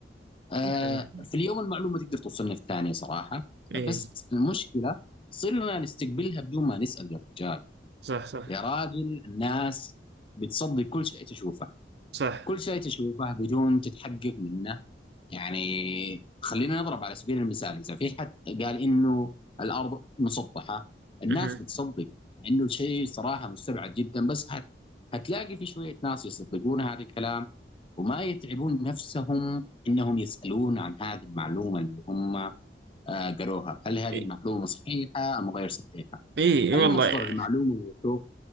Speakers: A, on the left; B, on the right.
A: آه،
B: مهم.
A: في اليوم المعلومه تقدر توصلنا في ثانيه صراحه
B: إيه
A: بس المشكله صرنا نستقبلها بدون ما نسال يا رجال
B: صح صح
A: يا راجل الناس بتصدق كل شيء تشوفه
B: صح
A: كل شيء تشوفه بدون تتحقق منه يعني خلينا نضرب على سبيل المثال إذا في حد قال إنه الأرض مسطحة الناس
B: مهم.
A: بتصدق مع إنه الشيء صراحة مستبعد جدا بس هت... هتلاقي في شوية ناس يصدقون هذا الكلام وما يتعبون نفسهم إنهم يسألون عن هذه المعلومة اللي هم آه، قروها هل هذه
B: إيه
A: المعلومة صحيحة أم غير صحيحة
B: إيه إيه،
A: هل
B: والله
A: مصدر المعلومة موثوق